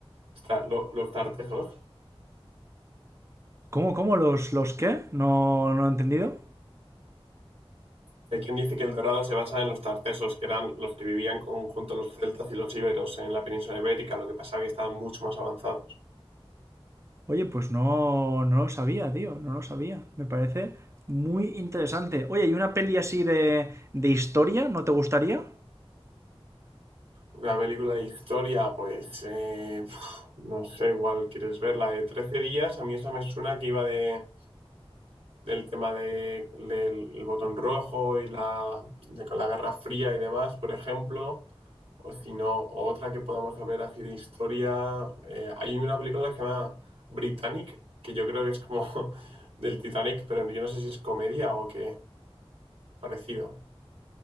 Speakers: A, on the right (about 75°); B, on the right (about 30°).
A: está- lo- los tartesos?
B: ¿Cómo, cómo? ¿Los, los qué? No, no he entendido.
A: Hay quien dice que el dorado se basa en los tartesos, que eran los que vivían con- junto a los celtas y los íberos en la península ibérica, lo que pasaba que estaban mucho más avanzados.
B: Oye, pues no, no lo sabía, tío, no lo sabía. Me parece muy interesante. Oye, ¿y una peli así de, de historia no te gustaría?
A: Una película de historia, pues, eh, pf, no sé, igual quieres verla de 13 días, a mí esa me suena que iba de del tema de, del el botón rojo y la, de la Guerra Fría y demás, por ejemplo, o si no, otra que podamos ver así de historia. eh, hay una película que se llama Britannic, que yo creo que es como <laughs> del Titanic, pero yo no sé si es comedia o qué parecido.